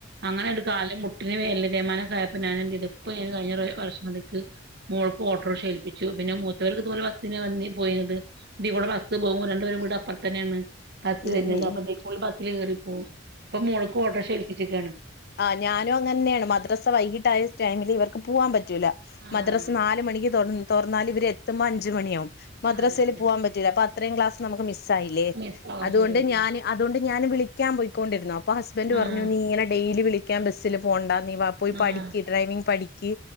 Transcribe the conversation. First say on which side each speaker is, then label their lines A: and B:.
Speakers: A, on the right (about 60°); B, on the left (about 55°).
A: അങ്ങനെ ഒരു കാല് മുട്ട്. ഇങ്ങനെ എല്ലുതേയ് മാനം ഒക്കെ ആയപ്പം ഞാൻ എന്റെ ഇതുപ്പെ കഴിഞ്ഞ വർഷം മുതൽക്കേ മോൾക്ക് ഓട്ടോറിക്ഷാ എൽപ്പിച്ചു പിന്നെ മൂ ഇറ്റങ്ങൾക്ക് ഇതു പോലെ ബസ്സിനെ അന്നേ പോയിന്നത് ഇതി കൂടെ ബസ് പോകുമ്പോ രണ്ടപേരും കൂടെ അപ്പുറത്തന്നെയാണ്. അതു
B: ഉം
A: തന്നെ
B: ഉം
A: അപ്പൊ സ്കൂളിൽ ബസ്സിനു കേറി പോം ഇപ്പൊ മോൾക്ക് ഓട്ടോറിക്ഷേൽപ്പിച്ചിരിക്കയാണ്.
B: ആ ഞാനും അങ്ങതന്നെയാണ് മദ്രസ്സാ വൈകിട്ടായ ടൈമിൽ ഇവർക്ക് പൂവാൻ പറ്റൂല്ല,
A: ആഹ്
B: മദ്രാസ് നാലു മണിക്ക് തൊ തൊറന്നാൽ ഇവർ എത്തുമ്പോ അഞ്ച് മണിയാവും. മദ്രസേലൂ
A: അതെ അതെ
B: പോവാൻ പറ്റില്ല അപ്പം അത്രയും ക്ലാസ് നമുക്ക് മിസ്സായില്ലേ?
A: മിസ് ഓഹരി
B: അതുകൊണ്ട് ഞാന് അതുകൊണ്ട് ഞാന് വിളിക്കാൻ പൊയ്ക്കൊ ണ്ടിരുന്നു അപ്പം ഹസ്ബൻറ്
A: ആഹ്
B: പറഞ്ഞു നീ ഇങ്ങനെ ഡെയിലി വിളിക്ക് ക്കാൻ ബസ്സിലു പോവണ്ടാ നീ വാ പോയി
A: ആഹ്
B: പഠിക്ക് ഡ്രൈവിംഗ് പഠിക്ക്